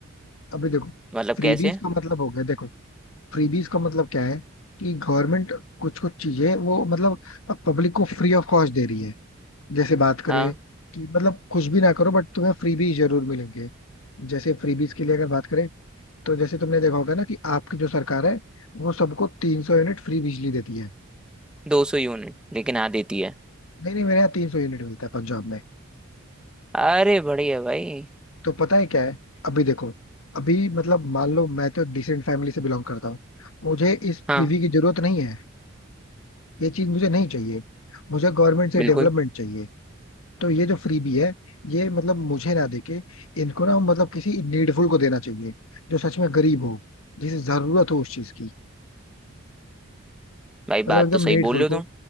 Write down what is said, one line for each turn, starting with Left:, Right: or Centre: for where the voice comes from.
Left: अभी देखो
Centre: मतलब
Left: फ्रीबीज
Centre: कैसे
Left: का मतलब हो गया देखो फ्रीबीज का मतलब क्या है कि गवर्नमेंट कुछ कुछ चीजें वो मतलब पब्लिक को फ्री ऑफ कॉस्ट दे रही है जैसे बात करें
Centre: हाँ
Left: कि मतलब कुछ भी ना करो बट तुम्हें फ्रीबीज जरूर मिलेंगे जैसे फ्रीबीज के लिए अगर बात करें तो जैसे तुमने देखा होगा ना कि आपकी जो सरकार है वो सबको तीन सौ यूनिट फ्री बिजली देती है
Centre: दो सौ यूनिट लेकिन आ देती है
Left: नहीं नहीं मेरे यहाँ तीन सौ यूनिट मिलता है पंजाब में
Centre: अरे बढ़िया भाई
Left: तो पता है क्या है अभी देखो अभी मतलब मान लो मैं तो डिसेंट फैमिली से बिलोंग करता हूँ मुझे इस
Centre: हाँ
Left: फ्रीबी की जरूरत नहीं है ये चीज मुझे नहीं चाहिए मुझे गवर्नमेंट से
Centre: बिल्कुल
Left: डेवलपमेंट चाहिए तो ये जो फ्रीबी है ये मतलब मुझे ना देके इनको ना मतलब किसी नीडफुल को देना चाहिए जो सच में गरीब हो जिसे जरूरत हो उस चीज की
Centre: भाई
Left: मतलब
Centre: बात
Left: एकदम
Centre: तो सही
Left: नीडफुल
Centre: बोल रहे
Left: को
Centre: हो तुम